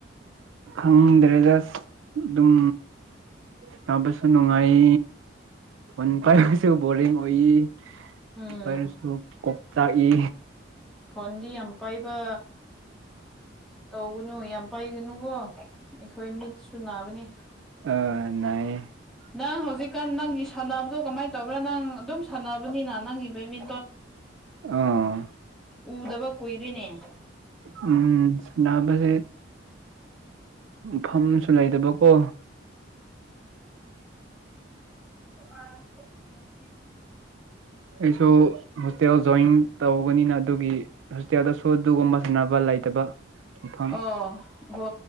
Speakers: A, on the right; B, in the centre.
A: ꯈꯪꯗ꯭ꯔꯦꯗ ꯑꯗꯨꯝ ꯁꯅꯕꯁꯨ ꯅꯨꯡꯉꯥꯏ ꯐꯣꯟ ꯄꯥꯏꯕꯁꯨ ꯕꯣꯔꯤꯡ ꯑꯣꯏꯏ
B: ꯎꯝ
A: ꯄꯔꯁꯨ ꯀꯣꯛ ꯇꯥꯛꯏ
B: ꯐꯣꯟꯗꯤ ꯌꯥꯝ ꯄꯥꯏꯕ ꯇꯧꯒꯅꯨ ꯌꯥꯝ ꯄꯥꯏꯒꯅꯨꯕꯣ ꯑꯩꯈꯣꯏ ꯃꯤꯠꯁꯨ ꯅꯥꯕꯅꯦ
A: ꯑ ꯅꯥꯏꯌꯦ
B: ꯅꯪ ꯍꯧꯖꯤꯛꯀꯥꯟ ꯅꯪꯒꯤ ꯁꯥꯟꯅꯕꯗꯣ ꯀꯃꯥꯏꯅ ꯇꯧꯕ꯭ꯔꯥ ꯅꯪ ꯑꯗꯨꯝ ꯁꯥꯟꯅꯕꯅꯤꯅ ꯅꯪꯒꯤ ꯃꯦ
A: ꯑꯥ
B: ꯎꯗꯕ ꯀꯨꯏꯔꯤꯅꯦ
A: ꯎꯝ ꯁꯅꯥꯕꯁꯦ ꯃꯐꯝꯁꯨ ꯂꯩꯇꯕꯀꯣ
B: ꯍ ꯍ
A: ꯑꯩꯁꯨ ꯍꯣꯇꯦꯜ ꯖ ꯣꯏꯟ ꯇꯧꯒꯅꯤꯅ ꯑꯗꯨꯒꯤ ꯍꯣꯁꯇꯦꯜꯗ ꯁꯎ ꯑꯗꯨꯒꯨꯝꯕ ꯁꯥꯟꯅꯕ ꯂꯩꯇꯕ ꯃꯐꯝ
B: ꯑꯣ ꯍ